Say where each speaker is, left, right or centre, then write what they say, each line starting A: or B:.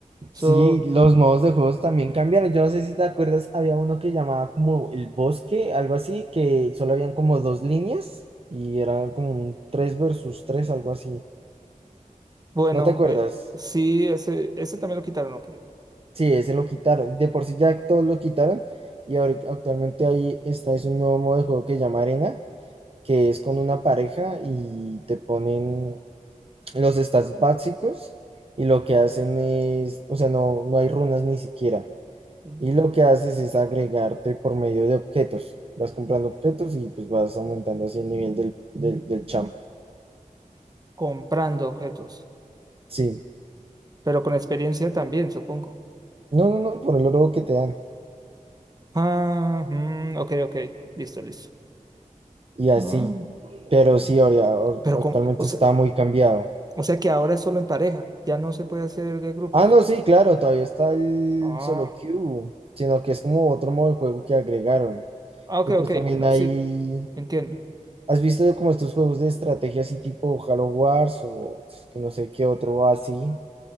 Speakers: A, on the right; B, on the right.
A: Sí,
B: So,
A: los modos de juegos también cambiaron. Yo no sé si te acuerdas, había uno que llamaba como el bosque, algo así, que solo habían como dos líneas y era como un 3 versus 3 algo así.
B: bueno,
A: ¿No te acuerdas?
B: eh, sí, ese, ese también lo quitaron, ok.
A: Sí, ese lo quitaron. De por sí ya todos lo quitaron y ahora actualmente ahí está, es un nuevo modo de juego que llama Arena, que es con una pareja y te ponen los stats básicos y lo que hacen es, o sea, no, no hay runas ni siquiera.
B: Mm,
A: Y lo que haces es agregarte por medio de objetos. Vas comprando objetos y pues vas aumentando así el nivel del, del, del champ.
B: Comprando objetos,
A: Sí.
B: pero con experiencia también, supongo.
A: No, no, no, por el oro que te dan.
B: Ah, mm, ok, ok, listo, listo.
A: Y así.
B: Ah,
A: Pero sí, ahora, ahor-
B: pero
A: actualmente
B: con, o sea,
A: está muy cambiado.
B: o sea que ahora es solo en pareja, ya no se puede hacer de grupos.
A: Ah, no, sí, claro, todavía está el
B: Ah.
A: solo queue, sino que es como otro modo de juego que agregaron.
B: Ah, ok,
A: Y pues
B: ok,
A: también
B: bueno,
A: hay,
B: sí, entiendo.
A: ¿Has visto como estos juegos de estrategia así tipo Halo Wars o es que no sé qué otro así?